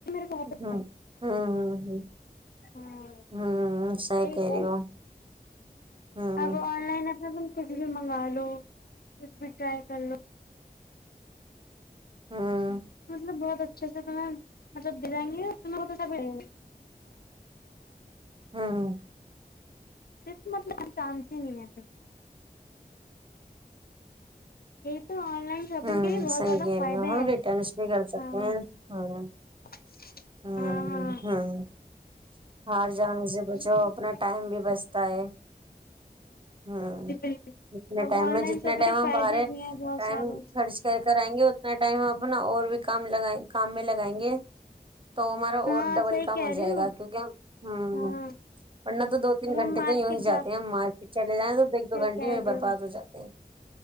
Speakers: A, on the left; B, on the right.
A: کو بہت
B: ہمم
A: اچھا
B: ہمم ہمم
A: لگتا ہے ہاں
B: ہمم ہمم صحیح
A: یہی
B: کہ
A: تو
B: رہی ہو ہوں
A: اب آن لائن اب ہم کچھ بھی منگا لو کچھ بھی ٹرائی کر لو
B: ہوں
A: مطلب بہت <unintelligible> اچھے سے تمہیں مطلب دلائیں گے اور تمہیں <unintelligible>
B: ہوں
A: قسمت کا یار چانس ہی نہیں ہے یہی تو آن لائن شاپنگ
B: ہمم
A: کے بھی بہت
B: صحی
A: زیادہ
B: کہہ
A: فائدے
B: رہی ہو ہم
A: ہیں
B: ریٹرنس بھی کر سکتے
A: ہاں
B: ہیں ہمم
A: <inaudible>
B: ہمم
A: ہاں ہاں
B: ہمم باہر جانے سے بچو
A: ہمیں یہی
B: اپنا
A: تو
B: ٹائم بھی بچتا ہے ہمم
A: جی بالکل
B: اتنے
A: اب
B: ٹائم
A: آن
B: میں
A: لائن
B: جتنے
A: شاپنگ
B: ٹائم
A: کے
B: ہم
A: فائدے
B: باہرے
A: بھی ہیں بہت
B: ٹائم
A: سارے جی
B: خرچ کر کر آئیں گے اتنا ٹائم ہم اپنا اور بھی کام لگایے کام میں لگائیں گے تو ہمارا
A: ہاں
B: اور ڈبل
A: صحیح
B: کام
A: کہہ
B: ہو
A: رہی
B: جائے گا کیونکہ ہم ہمم
A: ہاں
B: ورنہ تو دو تین
A: اب ہم
B: گھنٹے
A: مارکیٹ
B: تو یوں ہی جاتے ہیں ہم مارکیٹ چلے جائیں تو ایک دو
A: صحیح
B: گھنٹے
A: کہہ
B: یوں ہی
A: رہے
B: برباد ہو جاتے ہیں